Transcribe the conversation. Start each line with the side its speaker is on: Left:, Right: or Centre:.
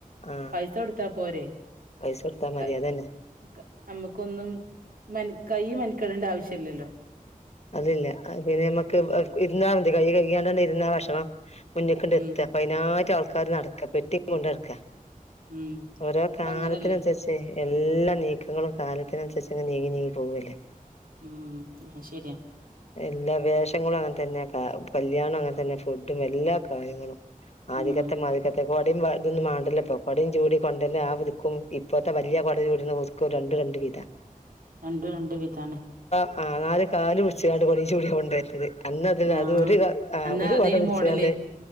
Left: ആഹ്
Right: പൈസൊടുത്താ പോരെ
Left: പൈസ കൊടുത്താ
Right: <unintelligible>
Left: മതി അതന്നെ
Right: നമ്മക്കൊന്നും മെ കൈയും മെനക്കെടേണ്ട ആവശ്യല്ലല്ലോ
Left: അതില്ല പിന്നെ മ്മക്ക് ഇരുന്നാ മതി കൈ കഴ് ക്യാണ്ട് ഇരുന്ന ഭക്ഷണം മുന്നേക്കിണ്ട്
Right: ഉം
Left: എത്ത്അ പ്പ അയ്നാട്ട് ആൾ ർ നടക്ക പെട്ടി കൊണ്ട് നടക്ക
Right: ഉം
Left: ഓരോ
Right: ഇപ്പ
Left: കാലത്തിനുസരിച്ച
Right: അങ്ങനല്ലേ
Left: എല്ലാ നീക്കങ്ങളും കാലത്തിനനുസരിച്ച് അങ്ങ് നീങ്ങി നീങ്ങി പോകുനിലെ
Right: ഉം ആ ശരിയാ
Left: എല്ലാ വേഷങ്ങളും അങ്ങനെതന്നെ കല്യാണം അങ്ങനെ തന്നെ ഫുഡും എല്ലാ കാര്യങ്ങളും ആധികത്തെ
Right: ഉം
Left: മാധികത്തെ കൊടേം വ ഇതൊന്നും മേണ്ടല്ലോ ഇപ്പോ കൊടെം ചൂടി കണ്ടല്ലേ ആ പുതുക്കും ഇപ്പഴത്തെ വല്യ കൊട ചൂടിന്ന് പൂത്തിക് രണ്ടു രണ്ടു വീതാ
Right: രണ്ടു രണ്ടു വിധാണ്
Left: ആ നാല് കാല് പുടിച്ച ണ്ട് കൊടെം ചൂടി കൊണ്ട് വരുന്നത് അന്ന അതല്ല
Right: ആഹ്
Left: അത് ഒരു ആ
Right: അന്നാ
Left: ഒരു
Right: അതേനി
Left: കൊട പിടിച്ചാണ്ട്
Right: മോഡല്